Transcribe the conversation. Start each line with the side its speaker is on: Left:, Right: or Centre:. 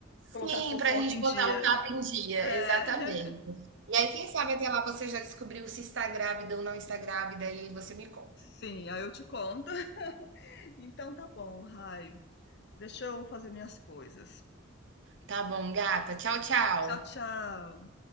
Left: colocar
Right: Sim,
Left: a fofoca
Right: para a gente
Left: em
Right: botar
Left: dia.
Right: o papo em dia,
Left: É,
Right: exatamente.
Left: <laughs>
Right: E aí, quem sabe até lá você já descobriu se está grávida ou não está grávida e você me conta.
Left: sim, aí eu te conto. <laughs> Então tá bom, Rai. Deixa eu fazer minhas coisas.
Right: Tá bom, gata. Tchau, tchau.
Left: Tchau, tchau.